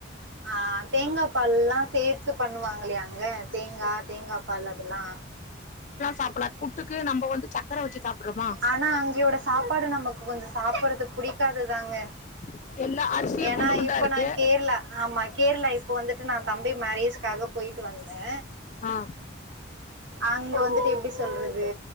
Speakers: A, on the right; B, on the left.
A: ஆ தேங்கா பால் எல்லா சேத் து பண்ணுவாங்கலியாங்க தேங்கா தேங்கா பால் அதெல்லா
B: சாப்லா புட்டுக்கு நம்ம வந்து சக்கர வச்சு சாப்பிடுறோமா
A: ஆனா அங்கேஓட சாப்பாடு நமக்கு கொஞ்சோ சாப்றது புடிக்காதது தாங்க
B: <inaudible> அரிசியே
A: ஏன்னா
B: குண்டு குண்டா
A: இப்ப
B: இருக்கு
A: நா கேரளா ஆமா கேரளா இப்ப வந்துட்டு நா தம்பி மே ரேஜ் காக போயிட்டு வந்தே
B: ஆ
A: அங்க வந்துட்டு எப்டி சொல்றது